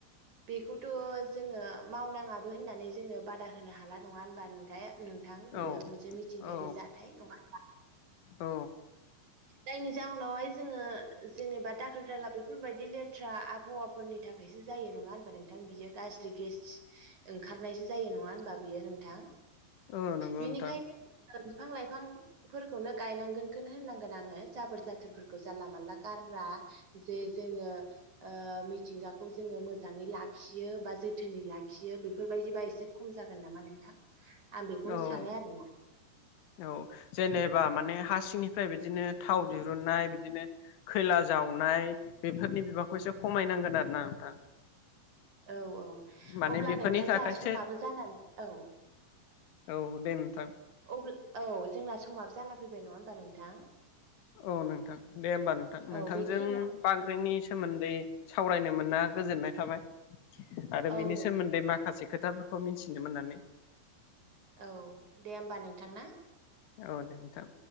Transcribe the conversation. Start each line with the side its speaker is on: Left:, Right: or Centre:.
Right: बेखौथ' जोङो मावनाङाबो होननानै जोङो बादा होनो हाला नङा होनबा नोंथे। नोंथां बियो
Left: औ
Right: मोनसे मिथिंगायारि
Left: औ
Right: जाथाय नङा होनोमा?
Left: औ।
Right: जायनि जाउनावहाय जोङो जेनेबा दाखोर दाला बेफोरबायदि लेथ्रा आबहावाफोरनि थाख फायसो जायो नङा होनबा नोंथां बियो गाज्रि गेस ओंखारनायसो जायो नङा होनबा बियो नोंथां?
Left: औ नंगौ
Right: बिनिखायनो
Left: नोंथां
Right: बिफां लाइफांफोरखौनो गायनांगोनखौनो होननांगौ। गोन आङो जाबोर जाथोरफोरखौ जानला मानला गारा जे जोङो ओ मिथिंगाखौ जोङो मोजाङै लाखियो बा जोथोनै लाखियो बेफोरबायदिबा एसे खम जागोन नामा नोंथां। आं बेखौनो
Left: औ
Right: सानो आरोना।
Left: औ। जेनेबा माने हा सिंनिफ्राय बिदिनो थाव दिरुननाय बिदिनो खैला जावनाय बेफोरनि बिबांखौ एसे खमायनांगोन आरो ना नोंथां।
Right: औ औ
Left: माने
Right: अब्ला
Left: बेफोरनि
Right: नोंथां
Left: थाखायसो
Right: जोंहा समाबो जानानै औ।
Left: औ दे नोंथां।
Right: अब्ल औ जोंना समाबो जाना फैबाय नङा होमबा नोंथां?
Left: औ नोंथां दे होमबा नोंथां
Right: औ
Left: नोंथांजों
Right: बेखिनियाव
Left: बांग्रिंनि सोमोन्दै सावरायनो मोनना गोजोननाय थाबाय। आरो
Right: औ
Left: बिनि
Right: नोंथां
Left: सोमोन्दै माखासे खोथाफोरखौ मिथिनो मोननानै।
Right: औ दे होमबा नोंथां ना।
Left: औ दे नोंथां।